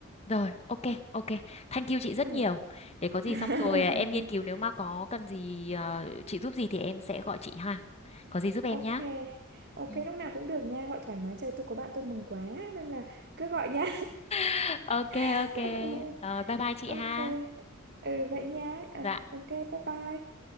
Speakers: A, on the left (about 30°); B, on the right (about 50°).
A: Rồi, ok, ok. Thank you chị rất
B: ừ.
A: nhiều. Để có gì xong
B: <laughs>
A: rồi à, em nghiên cứu nếu mà có cần gì à, chị giúp gì thì em sẽ gọi chị ha. Có gì giúp em
B: Ok,
A: nhá.
B: ok
A: ừ
B: lúc nào cũng được nha, gọi thoải mái chơi tôi có bạn tôi mừng quá nên là cứ gọi nha.
A: <laughs> Ok
B: <laughs>
A: ok. Rồi bye bye chị
B: Ok,
A: ha.
B: ừ vậy nha, à,
A: Dạ.
B: ok bye bye.